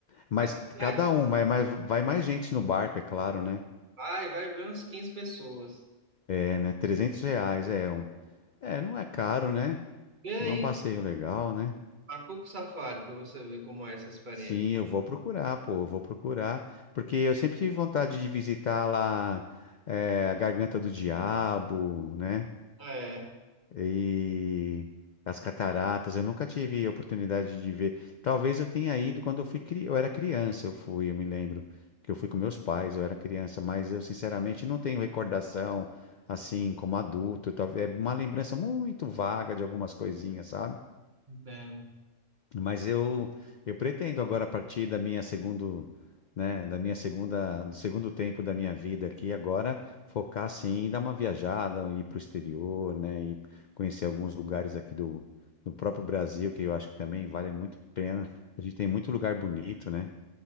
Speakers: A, on the left; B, on the right.
A: Mas
B: Mas a
A: cada
B: viagem
A: um, mas mas vai mais gente no barco, é claro, né?
B: vai, vai ver umas 15 pessoas.
A: É, né? 300 reais é um. É, não é caro, né?
B: E aí,
A: Não é um passeio legal, né?
B: A Macuco Safari, para você ver como é essa experiência.
A: Sim, eu vou procurar, pô, eu vou procurar. Porque eu sempre tive vontade de visitar lá, é, a Garganta do Diabo, né?
B: É,
A: e as cataratas. Eu nunca tive a oportunidade de ver. Talvez eu tenha ido quando eu fui, cri- eu era criança, eu fui, eu me lembro que eu fui com meus pais, eu era criança, mas eu sinceramente não tenho recordação assim como adulto. Talvez é uma lembrança muito vaga de algumas coisinhas, sabe?
B: entendo.
A: Mas eu eu pretendo agora a partir da minha segundo, né, da minha segunda, do segundo tempo da minha vida aqui agora focar sim em dar uma viajada, ir para o exterior, né, e conhecer alguns lugares aqui do do próprio Brasil, que eu acho que também vale muito a pena. A gente tem muito lugar bonito, né?